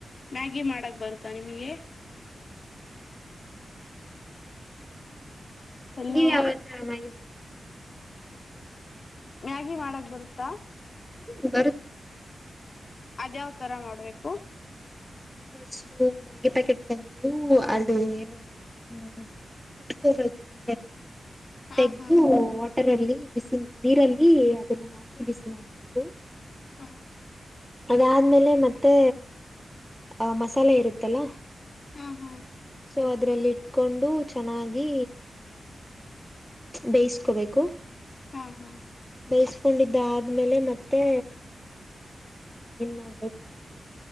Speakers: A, on the left; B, in the centre.
A: ಮ್ಯಾಗಿ ಮಾಡಕ್ ಬರುತ್ತಾ ನಿಮಗೆ ಹಲೋ
B: ನೀವ ಯಾವತ್ತ ಆರಾಮಾಗಿ ಮಾಡ್ತೀರಾ
A: ಮ್ಯಾಗಿ ಮಾಡಕ್ ಬರುತ್ತಾ
B: ಹ್ಮ್ ಬರುತ್ತೆ
A: ಅದ್ಯಾವ್ ತರ ಮಾಡ್ಬೇಕು
B: ಅಷ್ಟು ಮಾಗೆ ಪ್ಯಾಕೆಟ್ ತಂದು ಅದು ಏನು ಹ್ಮ ಇಟ್ಕೋಬೇಕುಮ
A: ಹಾ
B: ತೆೆಗೆದ
A: ಹಾ
B: ವಾಟರ್ ಅಲ್ಲಿ ಬಿಸಿ ನೀರಲ್ಲಿ ಅದನ್ನ ಹಾಕಿ ಬಿಸಿ ಮಾಡ್ಬೇಕು
A: ಹ್ಮ
B: ಅದದ್ಮೇಲೆ ಮತ್ತೆ ಅಹ ಮಸಾಲೆ ಇರುತ್ತಲ್ಲ
A: ಹ್ಮ ಹಾ್
B: ಸೊ ಅದರಲ್ಲಿ ಇಟ್ಕೊಂಡು ಚೆನ್ನಾಗಿ ಬೇಯಿಸ್ಕೋಬೇಕು
A: ಹಾ ಹಾ
B: ಬೈಸ್ಕೊಂಡಿದ್ದ ಆದ್ಮೇಲೆ ಮತ್ತೆ ಏನ್ ಮಾಡ್ಬೇಕು ಅಂದ್ರೆ